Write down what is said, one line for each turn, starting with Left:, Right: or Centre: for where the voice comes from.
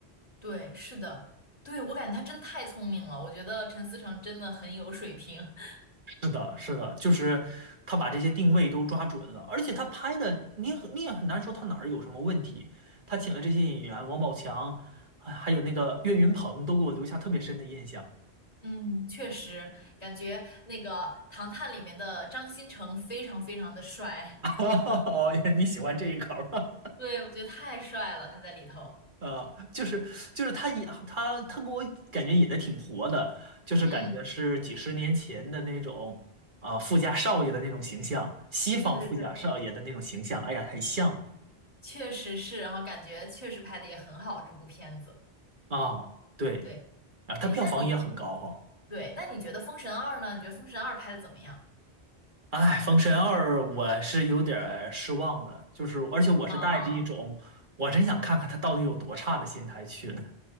Left: 对，是的，对，我感觉他真太聪明了。我觉得陈思诚真的很有水平。<laughs>
Right: 是的，是的，就是他把这些定位都抓准了，而且他拍的，你也很你也很难说他哪儿有什么问题。他请了这些演员，王宝强，啊还有那个岳云鹏，都给我留下特别深的印象。
Left: 嗯，确实，感觉那个《唐探》里面的张新成非常非常的帅，
Right: <laughs> 哦，你喜欢这一口儿
Left: <laughs> 对，我觉得太帅了，他在里头。
Right: 啊 <laughs>？就是就是他引他他给我感觉演的挺活的，就是感觉是几十年前的那种啊、
Left: 嗯。
Right: 富家少爷的那种形象，西方富家少爷的那种形象。
Left: 对对对，
Right: 哎呀，很像
Left: 确实是，然后感觉确实拍的也很好，这部片子。
Right: 啊，对
Left: 对，
Right: 啊，他票房也很高哈、
Left: 哎，那你对，那你觉得《封神二》呢？你觉得《封神二》拍的怎么样？
Right: 哎，《封神二》我是有点儿失望的，就是而且我是带着一种我真想看看他到底有多差的心态去的
Left: 啊，